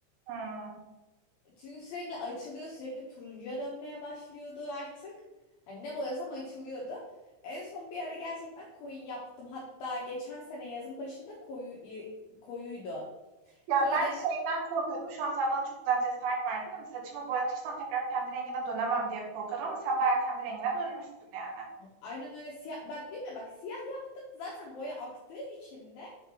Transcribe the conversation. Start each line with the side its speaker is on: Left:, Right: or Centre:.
Right: hı.
Left: Çünkü sürekli açılıyor, sürekli turuncuya dönmeye başlıyordu artık. Hani ne boyasam açılıyordu. En son bir ara gerçekten koyu yaptım. Hatta geçen sene yazın başında koyu koyuydu.
Right: Ya
Left: Sonra
Right: ben
Left: denize
Right: şeyden korkuyordum. Şu an sen bana çok güzel cesaret verdin. Hani saçımı boyatırsam tekrar kendi rengine dönemem diye korkuyordum ama sen bayağı kendi rengine dönmüşsün yani.
Left: Aynen öyle siyah bak değil mi? Bak siyah yaptık zaten boya aktığı için de